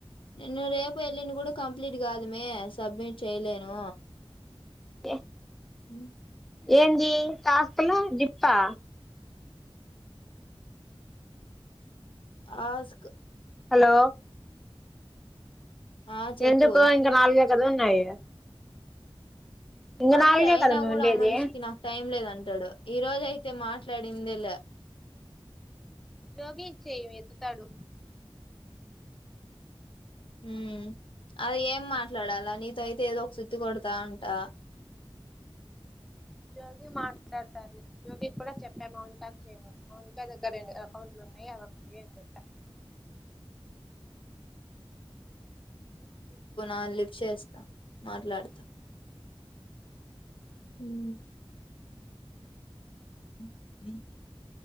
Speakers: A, on the left (about 60°); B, in the centre.
A: నేను రేపు వెళ్ళిన కూడా కంప్లీట్ కాదేమ్మి సబ్మిట్ చేయలేను
B: టే
A: ఉం
B: ఏంది టాస్క్ లు జిప్పా
A: ఆస్క్
B: హలో
A: ఆ చెప్పు
B: ఎందుకో ఇంక నాలు గై కద ఉన్నాయి ఇంక
A: అంతే
B: నాలుగే
A: అయినా
B: కదా నువ్వు
A: కూడా
B: ఉండేది
A: ఆ మనిషికి నాకు టైం లేదంటాడు ఈ రోజయితే మాట్లాడిందేలా
B: జోగి కి చేయివే ఎత్తుతాడు
A: ఉం అది ఏం మాట్లాడాలా నీతో అయితే ఏదో ఒక సుత్తి కొడతా ఉంటా
B: జోగి మాట్లాడతారు జోగి కూడా చెప్పా మౌనిక క్ చేయమని మౌనిక దగ్గర రెండు అకౌంట్లు ఉన్నాయి అవేక్ చెయని చెప్పా
A: ఆ లిఫ్ట్ చేస్తా మాట్లాడతా ఉం <inaudible>